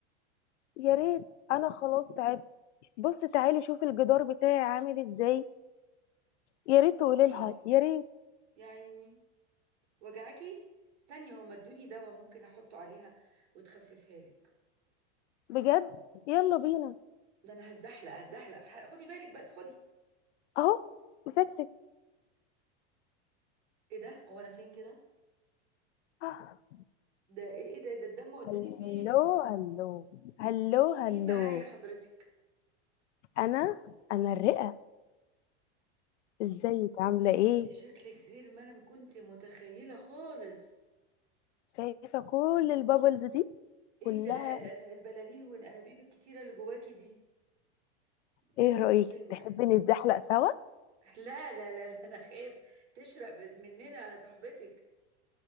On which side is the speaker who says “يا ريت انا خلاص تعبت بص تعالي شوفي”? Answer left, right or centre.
Left